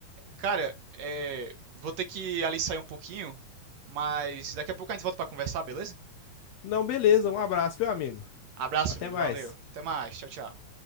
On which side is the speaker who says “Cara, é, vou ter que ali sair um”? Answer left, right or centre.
Right